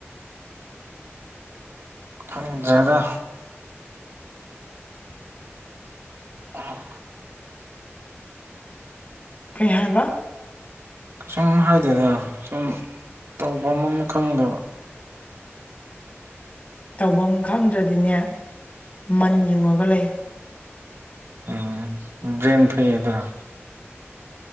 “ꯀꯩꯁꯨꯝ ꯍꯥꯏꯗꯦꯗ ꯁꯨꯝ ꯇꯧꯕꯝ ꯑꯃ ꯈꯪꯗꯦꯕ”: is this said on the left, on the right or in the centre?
Right